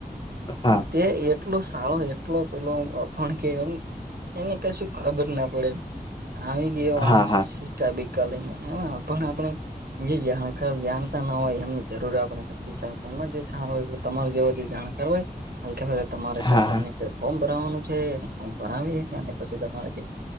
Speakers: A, on the left; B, on the right.
A: હા
B: - તે એટલો સારો એટલો પેલો અભણ કે એમ એને- - કશું ખબર ના પડે આવી ગયો આમ-
A: હા હા
B: - કા લઈને એમાં પણ આપણે- - જે જાણ જાણતા ના હોય એમની જરૂર આપડે નક સારું તમાર જેવ જે જાણકાર હોય તમારે
A: હા
B: સરપંની અંદર ફોર્મ ભરાવાનું છે ફોર્મ ભરાવી અને પછી તમારે જે